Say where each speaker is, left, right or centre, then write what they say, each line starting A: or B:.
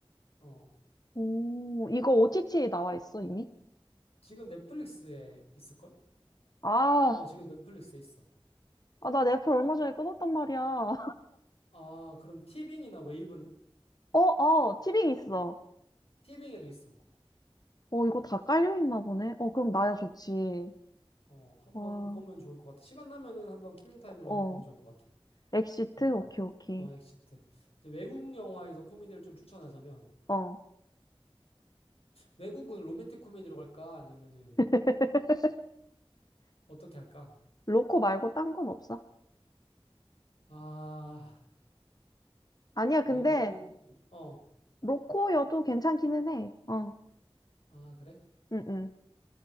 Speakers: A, on the left (about 85°); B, on the left (about 40°).
A: 어.
B: 오, 이거 OTT에 나와 있어, 이미?
A: 지금 넷플릭스에 있을걸?
B: 아,
A: 어, 지금 넷플릭스에 있어.
B: 아, 나 넷플 얼마 전에 끊었단 말이야.
A: 아, 그럼 티빙이나 웨이브는?
B: 어, 어, 티빙 있어.
A: 티빙에도 있어.
B: 어, 이거 다 깔려있나 보네. 어, 그럼 나야 좋지.
A: 어, 한번
B: 와,
A: 보면 좋을 것 같아. 시간 나면은 한번 킬링 타임으로
B: 어.
A: 한번 보면 좋을 것 같아.
B: 엑시트?
A: 음.
B: 오케이, 오케이.
A: 어, 엑시트. 이제 외국 영화에서 코미디를 좀 추천하자면
B: 어.
A: 외국은 로맨틱 코미디로 갈까? 아니면은
B: <laughs>
A: 어떻게 할까?
B: 로코 말고 딴 건 없어.
A: 아,
B: 아니야,
A: 말고
B: 근데
A: 어.
B: 로코여도 괜찮기는 해. 어.
A: 아, 그래?
B: 응, 응,